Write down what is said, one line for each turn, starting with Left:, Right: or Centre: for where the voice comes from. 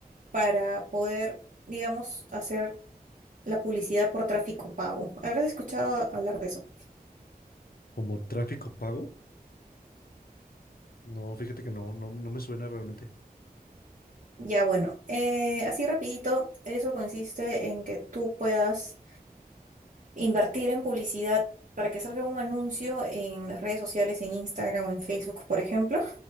Right: para poder, digamos, hacer la publicidad por tráfico pago. ¿Habrás escuchado hablar de eso?
Left: Como tráfico pago. No, fíjate que no, no, no me suena realmente.
Right: Ya, bueno, eh, así rapidito, eso consiste en que tú puedas invertir en publicidad para que salga un anuncio en las redes sociales, en Instagram o en Facebook, por ejemplo,